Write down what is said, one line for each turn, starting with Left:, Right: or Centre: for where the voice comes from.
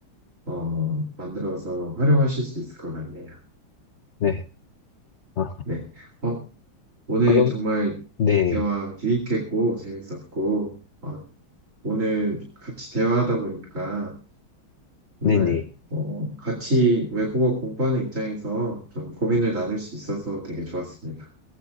Right: 어, 만들어서 활용하실 수 있을 것 같네요.
Left: 네. 아,
Right: 네. 어, 오늘
Left: 그럼,
Right: 정말
Left: 네.
Right: 대화 유익했고, 재밌었고, 어, 오늘 같이 대화하다 보니까 정말,
Left: 네네.
Right: 어, 같이 외국어 공부하는 입장에서 좀 고민을 나눌 수 있어서 되게 좋았습니다.